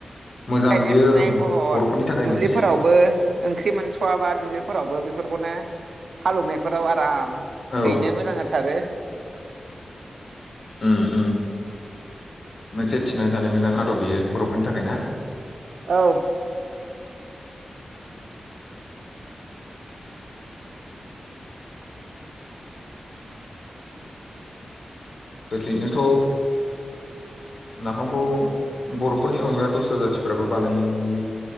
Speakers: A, on the left; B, on the right.
A: मोजां
B: गायनाय
A: बियो
B: फुनाय
A: औ
B: बहर
A: बर'फोरनि थाखाय
B: दुब्लिफोरावबो
A: मोनसे
B: ओंख्रि मोनसे खवाबा दुब्लिफोरावबो बेफोरखौनो हालौनायफोराव आराम
A: औ
B: हैनो मोजां जाथारो
A: ओम ओम मोनसे थिनानै जानाय मोजां आदब बियो बर फोरनि थाखाय ना
B: औ
A: ओरैनोथ नाफामखौ बरफोरनि अनगा दस्रा जाथिफ्राबो बानायो